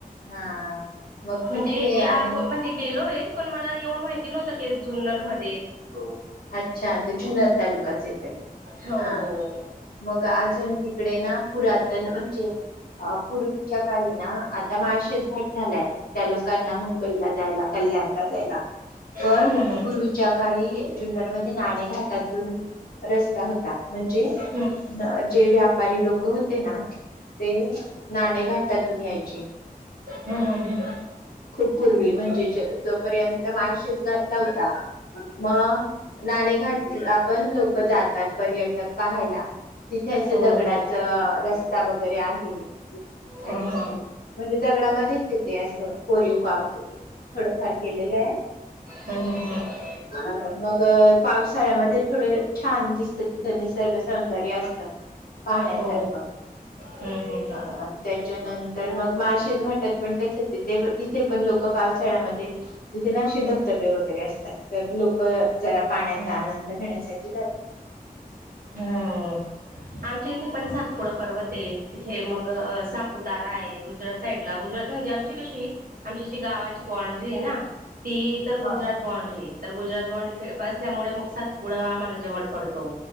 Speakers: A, on the left; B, on the right.
A: हा मग
B: म्हणजे
A: तिथे
B: या
A: आणि
B: अगो म्हणजे गेलोय. पण मला एवढं माहिती नव्हतं की जुन्नरम --
A: हो. अच्छा, तर जुन्नर तालुकाच येतोय
B: हो.
A: हा. मग अजून तिकडे ना पुरातन म्हणजे, आ पूर्वीच्या काळी. ना आता माळशेज घट झालाय. त्या लोकांना मुंबईला जायला कल्याणला जायला. पण
B: हम्म हम्म
A: पूर्वीच्यात काळी जुन्नरमधून नाणे घाटातून रस्ता होता म्हणजे --
B: हम्म
A: ना. जे व्यापारी लोक होती ना ते नाणेघाटात. तिथून यायचे.
B: हम्म हम्म हम्म हम्म
A: खूप पूर्वी म्हणजे ज जोपर्यंत माळ शेज घाट नव्हता. मग नाणेघाटला पण लोक जातात. पर्यटक पाहायला. तिथे असं
B: हो
A: दगडाच
B: हो.
A: रस्ता बघ -- दरी आहे आणि
B: हम्म हम्म
A: म्हणजे दगडामध्ये -- तिथे असं कोरीव काम थोडंफार केलेलं आय.
B: ह ह ह.
A: <inaudible> मग पावसाळ्यामध्ये थोडं छान दिसत तिथं निसर्ग सौंदर्य असत. पाहण्यासारख
B: हो हम्म हम्म
A: अ त्याच्यानंतर मग -- माशेच घाटात पण त्याच तिथे तिथे पण लोक पावसाळ्यामध्ये तिथे ना असे धबधबे वगैरे असतात. तर लोक जरा पाण्याचा
B: हम्म.
A: आनंद घेण्यासाठी जात.
B: हम. आमच्या इथे पण सातपुडा पर्वत तेय तिथे मग सापुतार हेय. गुजरात साईडला गुज- - म्हणजे आमची कशी आमची जी गावाची बांड्री हाय ना? ती तर गुजरात
A: हा
B: बॉन्ड्री तर गुजरात -- बॉ असल्यामुळे मग सातपुडा आम्हाला जवड पडतो